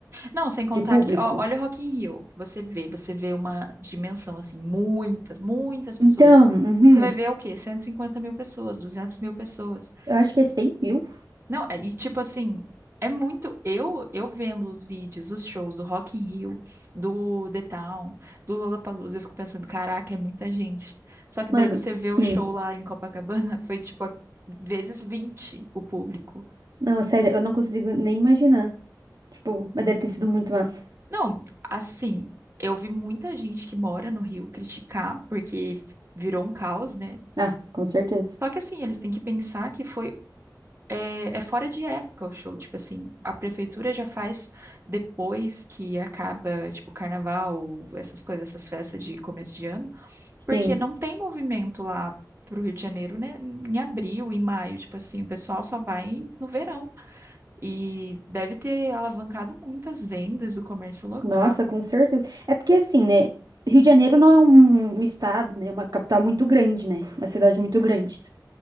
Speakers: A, on the right; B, on the right.
A: Não, sem contar
B: de público.
A: que, ó, olha o Rock in Rio. Você vê, você vê uma dimensão, assim, muitas, muitas pessoas.
B: Então, uhum,
A: E você vai ver o quê? cento e cinquenta mil pessoas, 200 mil pessoas.
B: eu acho que é 100 mil.
A: Não, é- e tipo assim, é muito... Eu, eu vendo os vídeos, os shows do Rock in Rio, do The Town, do Lollapalooza, eu fico pensando, caraca, é muita gente. Só que
B: Mano,
A: daí você
B: sim.
A: vê o show lá em Copacabana, <laughs> foi tipo a- vezes 20 o público.
B: Não, sério, eu não consigo nem imaginar. Tipo, mas deve ter sido muito massa.
A: Não, assim, eu vi muita gente que mora no Rio criticar porque f- virou um caos, né?
B: Ah, com certeza.
A: Só que assim, eles têm que pensar que foi é, é fora de época o show, tipo assim, a prefeitura já faz depois que acaba, tipo, carnaval, essas coisas, essas festas de começo de ano,
B: Sim.
A: porque não tem movimento lá pro Rio de Janeiro, né? Em abril, em maio, tipo assim, o pessoal só vai no verão e deve ter alavancado muitas vendas do comércio local.
B: Nossa, com certeza. É porque assim, né? Rio de Janeiro não é um um estado, né? É uma capital muito grande, né? Uma cidade muito grande.